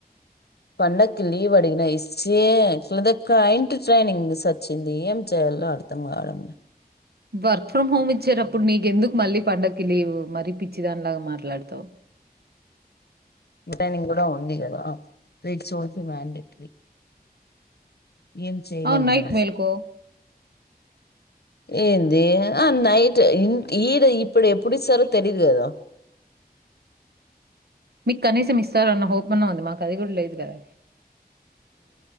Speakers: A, on the left; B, on the right.
A: పండగక్కి లీవ్ అడిగిన <unintelligible> ట్రైనింగ్స్ వచ్చింది ఏం చేయాలో అడతాం కావడని
B: వర్క్ ఫ్రమ్ హోమ్ ఇచ్చేటప్పుడు నీకెందుకు మళ్ళీ పండగకి లీవ్ మరీ పిచ్చిదానిలాగా మాట్లాడతావు
A: ట్రైనింగ్ కూడా ఉంది కదా ఇట్స్ ఓల్ మండేటరీ ఏం చేయలేం
B: అవును నైట్
A: మన
B: మేలుకో.
A: ఏంది ఆ నైట్ ఇ ఈడ ఇప్పుడు ఎప్పుడు ఇస్తారో తెలీదు కదా
B: మీకు కనీసం ఇస్తారన్న హోప్ అన్నా ఉంది మాకు అది కూడా లేదు కదా